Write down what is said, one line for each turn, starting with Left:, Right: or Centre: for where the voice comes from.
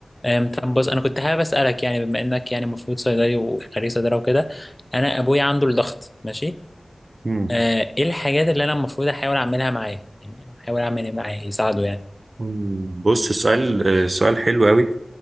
Left: أم، طب بص انا كنت حابب اسالك يعني بما انك يعني المفروض صيدلي وخريج صيدله وكده انا ابويا عنده الضغط ماشي
Right: مم.
Left: آه، ايه الحاجات اللي انا المفروض احاول اعملها معاه يعني احاول اعمل ايه معاه يساعده يعني
Right: مم. بص سؤال سؤال حلو قوي